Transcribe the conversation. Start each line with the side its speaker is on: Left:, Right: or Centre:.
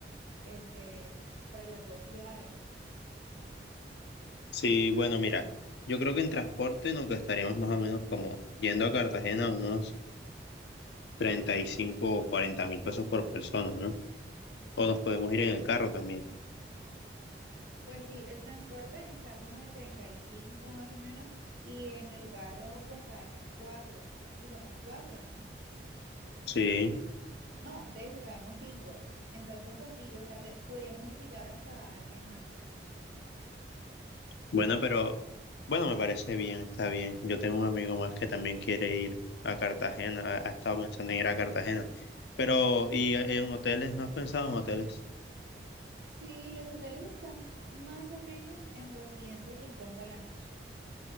Right: este, para las dos ciudades.
Left: Sí, bueno, mira, yo creo que en transporte nos gastaríamos más o menos como yendo a Cartagena unos treinta y cinco o cuarenta mil pesos por persona, ¿no? O nos podemos ir en el carro también.
Right: Pues sí, el transporte está como en 35 más o menos y en el carro pues cabemos cuatro y somos cuatro, ¿no?
Left: Sí.
Right: No, de hecho cabemos cinco. Entonces pues sí, o sea, de- podríamos invitar hasta a alguien más.
Left: Bueno, pero bueno, me parece bien, está bien. Yo tengo un amigo más que también quiere ir a Cartagena, ha, ha estado pensando en ir a Cartagena. Pero, ¿y en hoteles? ¿No has pensado en hoteles?
Right: Sí, los hoteles están más o menos en 250 la noche.